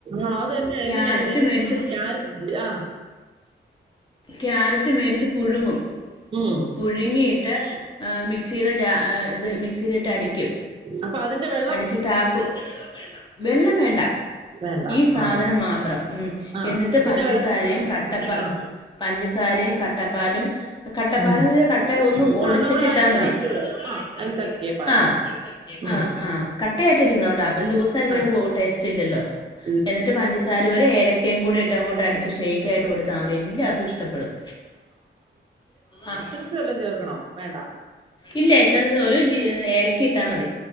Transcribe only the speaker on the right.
ആണോ അതന്നെ
എങ്ങനെയാണ്
ക്യാരറ്റ് ആ
ഉം
അപ്പഠ അതിന്റെ വെ
വേണ്ട
ആ
ആ
പിന്നെ
വേറെ
ആ
ഉം
ആ നമ്മള്
ഐസ് ആക്കിയത്
ആ
ഐസ് ആക്കിയ പാല്
ഉം
ആ
<unintelligible>
ത് വല്ലോം ചേർക്കണോ വേണ്ട.